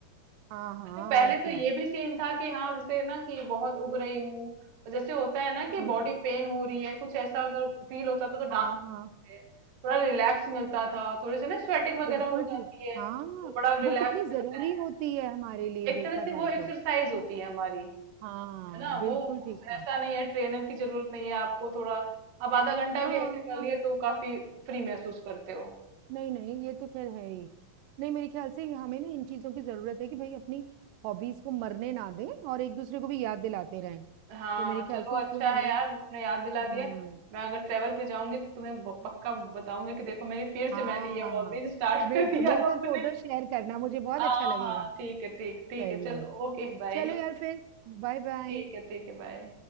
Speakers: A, on the right; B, on the right.
A: हाँ हाँ
B: तो पहले
A: और
B: तो
A: क्या
B: ये भी सीन था कि हाँ जैसे ना कि बहुत उब रही हूँ और जैसे होता है ना कि
A: हम्म
B: बॉडी पेन हो रही है कुछ ऐसा अगर फील होता था तो डांस
A: हाँ
B: करते
A: हाँ
B: थे थोड़ा रिलैक्स मिलता था थोड़ी सी ना स्वेटिंग वगैरह
A: बिल्कुल
B: हो जाती
A: ठीक है।
B: है
A: हाँ
B: तो बड़ा
A: वो
B: रिलैक्स
A: कितनी
B: मिलता
A: जरूरी
B: है
A: होती है हमारे लिए
B: एक
A: देखा
B: तरह से वो
A: जाए
B: एक्सरसाइज
A: तो
B: होती है हमारी
A: हाँ
B: है ना
A: बिल्कुल
B: वो
A: ठीक
B: उस
A: है
B: ऐसा नहीं है ट्रेनर की जरूरत नहीं है आपको थोड़ा आप आधा घंटा
A: हाँ
B: भी ऐसे कर
A: हाँ
B: लिए तो काफी फ्री महसूस करते हो
A: नहीं नहीं ये तो खैर है ही नहीं मेरे ख्याल से हमें ना इन चीजों की जरूरत है कि भाई अपनी हॉबीज को मरने ना दें और एक दूसरे को भी याद दिलाते रहें
B: हाँ
A: तो मेरे ख्याल
B: चलो
A: से
B: अच्छा
A: इसलिए
B: है
A: हमें
B: यार तुमने याद दिला दिया
A: हम्म
B: मैं अगर ट्रेवल पे जाऊंगी तो तुम्हें ब- पक्का बताऊंगी कि देखो मेरी फिर
A: हाँ
B: से मैंने ये हॉबीज स्टार्ट
A: बिल्कुल
B: <laughs> कर दिया
A: मेरे साथ
B: अपने
A: फोटो शेयर करना मुझे बहुत
B: हाँ
A: अच्छा लगेगा
B: हाँ ठीक है ठीक ठीक
A: सही
B: है चलो
A: में
B: ओके बाय
A: चलो यार फिर बाय बाय
B: ठीक है ठीक है बाय